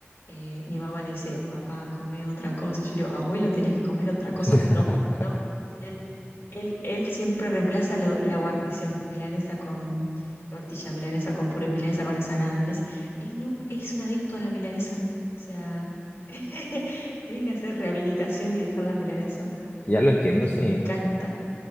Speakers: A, on the left; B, on the left.
A: eh, mi mamá le dice, papá, come otra cosa. Yo le digo, abuelo, tenés que comer otra cosa.
B: <laughs>
A: No, no. Él, él, él siempre reemplaza lo- la guarnición, milanesa con tortilla, milanesa con puré, milanesa con ensalada, milanesa. Él no es un adicto a la milanesa. O sea, <laughs> tiene que hacer rehabilitación y dejar la milanesa
B: Ya lo entiendo,
A: porque
B: sí,
A: le encanta.